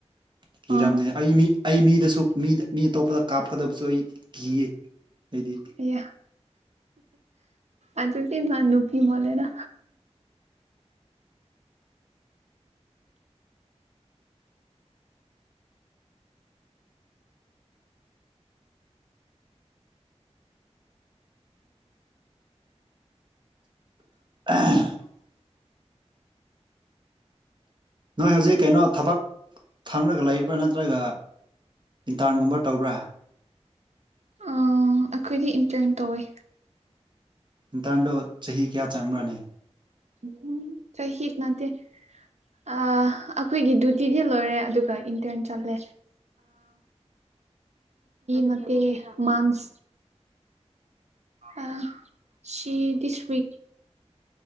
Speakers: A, on the right; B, on the right.
A: ꯀꯤꯔꯝꯅꯦ
B: ꯑꯥ
A: ꯑꯩ ꯃꯤ ꯑꯩ ꯃꯤꯗꯁꯨꯗ ꯃꯤ ꯑꯇꯣꯞꯄꯗ ꯀꯥꯞꯀꯗꯕꯁꯨ ꯑꯩ ꯀꯤꯌꯦ ꯍꯥꯏꯗꯤ
B: ꯌꯥ ꯑꯗꯨꯗꯤ ꯅꯥꯟ ꯅꯨꯄꯤ ꯃꯥꯜꯂꯦꯅ
A: <inaudible> <inaudible> ꯅꯣꯏ ꯍꯧꯖꯤꯛ ꯀꯩꯅꯣ ꯊꯕꯛ ꯈꯪꯔꯒ ꯂꯩꯕ꯭ꯔꯥ ꯅꯠꯇ꯭ꯔꯒ ꯏꯟꯇꯔꯟꯒꯨꯝꯕ ꯇꯧꯕ꯭ꯔꯥ
B: ꯑꯩꯈꯣꯏꯗꯤ ꯏꯟꯇꯔꯟ ꯇꯧꯋꯤ
A: ꯟꯇꯥꯟꯗꯣ ꯆꯍꯤ ꯀꯌꯥ ꯆꯪꯕ꯭ꯔꯥꯅꯤ
B: ꯎꯝ ꯆꯍꯤꯍꯤ ꯏꯗꯅꯥꯗꯤ ꯑꯩꯈꯣꯏꯒꯤ ꯗꯗꯨꯌꯨꯇꯤꯗꯤ ꯂꯣꯏꯔꯦ ꯑꯗꯨꯒ ꯏꯟꯇꯔꯟ ꯆꯠꯂꯦ ꯅꯦ ꯃꯥꯟꯁ ꯑ ꯁꯤ ꯗꯤꯁ ꯎꯏꯛ